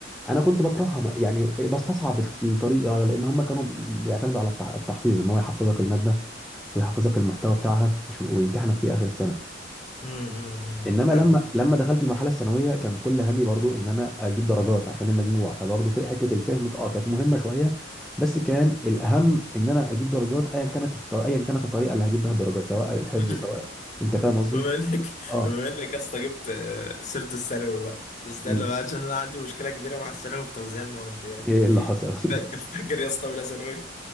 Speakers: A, in the centre; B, on the left.
A: انا كنت بكرهها ما- يعني بستصعب الطريقة لان هم كانوا بيعتمدوا على التح- التحفيظ ان هو يحفظك المادة ويحفظك المحتوى بتاعها مش- ويمتحنك فيه اخر السنه
B: امم أمم، أمم، أنت
A: انما
B: فاهم
A: لما لما دخلت المرحله الثانويه كان كل همي برضو ان انا اجيب درجات عشان المجموع فبرضو في حته الفهم اه كانت مهمه شويه بس كان الاهم ان انا اجيب درجات ايا كانت الط... ايا كانت الطريقه اللي هجيب بها الدرجات سواء الحفظ
B: <laughs>
A: سواء انت فاهم قصدي
B: بما انك
A: اه
B: بما انك يا اسطى جبت آه، سيره الثانوي بقى استنى
A: مم.
B: بقى عشان انا عندي مشكله كبيره مع الثانوي في توزيع المواد يعني
A: ايه اللي حصل
B: فاك-
A: <laughs>
B: فاكر يا اسطى اولى ثانوي